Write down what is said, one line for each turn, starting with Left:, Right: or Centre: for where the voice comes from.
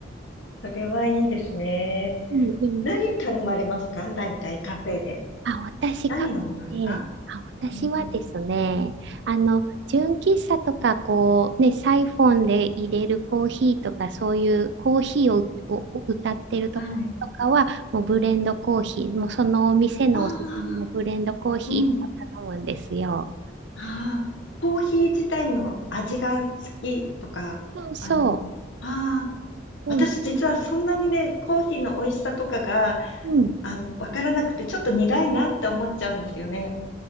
Left: それはいいですね。
Right: うん、でも
Left: 何頼まれますか大体カフェで。
Right: あ、私、
Left: 何飲みますか
Right: 過去で、あ、私はですね、
Left: うん。
Right: あの、純喫茶とか、こう、ね、サイフォンで入れるコーヒーとか、そういうコーヒーを、をを歌ってるとことかは、
Left: はい。
Right: もうブレンドコーヒー、もうそのお店のおすすめのブレンドコーヒーとか頼むんですよ。
Left: ああ、うん。ああ、コーヒー自体の味が好きとか、
Right: そうそう。
Left: あの、ああ、
Right: そうん、
Left: 私実はそんなにね、コーヒーの美味しさとかが、
Right: うん、
Left: あの、わからなくて、ちょっと苦いなって思っちゃうんですよね。